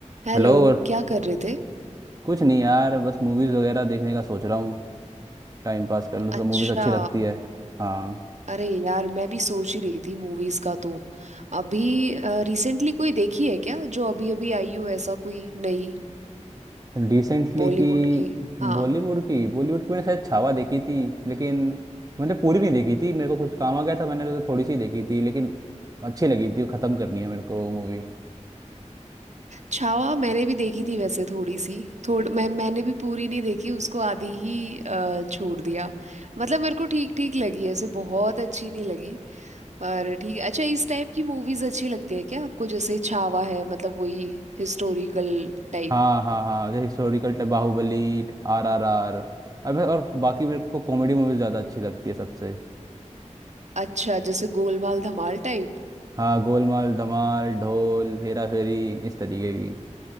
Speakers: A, on the right (about 70°); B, on the right (about 30°).
A: हेलो
B: Hello और
A: क्या कर रहे थे
B: कुछ नहीं यार बस मूवीज़ वगैरह देखने का सोच रहा हूँ टाइम पास कर लूँ थोड़ा
A: अच्छा
B: मूवीज़ अच्छी लगती है हाँ
A: अरे यार मैं भी सोच ही रही थी मूवीज का तो अभी रिसेंटली कोई देखी है क्या जो अभी अभी आई हो ऐसा कोई नई
B: रिसेंटली
A: बॉलीवुड
B: की
A: की हाँ
B: बॉलीवुड की बॉलीवुड की मैंने शायद छावा देखी थी लेकिन मैंने पूरी नहीं देखी थी मेरे को कुछ काम आ गया था मैंने तो थोड़ी सी देखी थी लेकिन अच्छी लगी थी वो ख़त्म करनी है मेरे को मूवी
A: छावा मैंने भी देखी थी वैसे थोड़ी सी थोड़ मैं मैंने भी पूरी नहीं देखी उसको आधी ही अ, छोड़ दिया मतलब मेरे को ठीक ठीक लगी ऐसे बहुत अच्छी नहीं लगी पर ठीक अच्छा इस टाइप की मूवीज अच्छी लगती है क्या आपको जैसे छावा है मतलब वही हिस्टोरिकल टाइप
B: हाँ हाँ हाँ जैसे historical type Baahubali R R R और मैं- और बाकी मेरे को कॉमेडी मूवीज ज़्यादा अच्छी लगती है सबसे
A: अच्छा जैसे गोलमाल धमाल टाइप
B: हाँ गोलमाल धमाल ढोल हेरा फेरी इस तरीके की